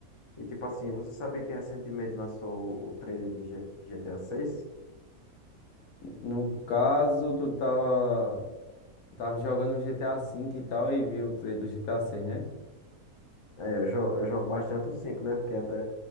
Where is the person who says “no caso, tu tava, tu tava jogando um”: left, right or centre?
Left